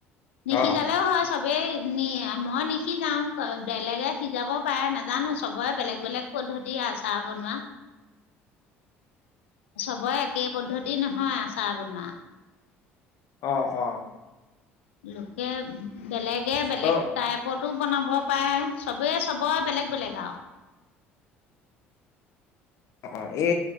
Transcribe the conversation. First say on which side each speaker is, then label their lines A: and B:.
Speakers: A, on the left; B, on the left.
A: নিসিজালেও
B: অ
A: হয় চবেই নি মই নিসিজাওঁ। বেলেগে সিজাব পাৰে নাজানো, চবৰে বেলেগ বেলেগ পদ্ধতি আচাৰ বনোৱা। চবৰে একে পদ্ধতি নহয় আচাৰ বনোৱা।
B: অহ অহ।
A: লোকে বেলেগ লোকে বেলেগ
B: ত
A: টাইপতো বনাব পাৰে চবে চবৰ বেলেগ বেলেগ আও।
B: অ এ